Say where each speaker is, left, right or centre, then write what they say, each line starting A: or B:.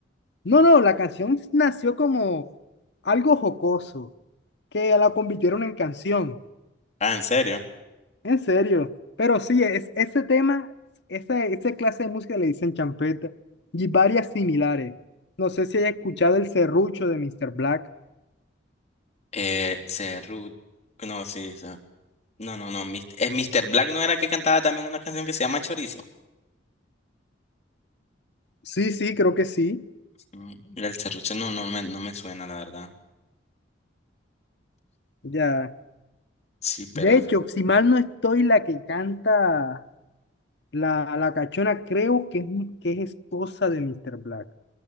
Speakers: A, on the left; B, on the left.
A: No, no, la canción nació como algo jocoso, que la convirtieron en canción.
B: Ah, ¿en serio?
A: En serio, pero sí, es, ese tema, esa, esa clase de música le dicen champeta y varias similares. No sé si haya escuchado el serrucho de Mr. Black.
B: Eh, Cerru... No, sí. o sea, No, no, no. Mis- eh, Mr. Black no era que cantaba también una canción que se llama Chorizo.
A: Sí, sí, creo que sí.
B: Mm, El serrucho no, no me, no me suena, la verdad.
A: Ya.
B: Sí, pero...
A: De hecho, si mal no estoy, la que canta la, la cachona, creo que es, que es esposa de Mr. Black.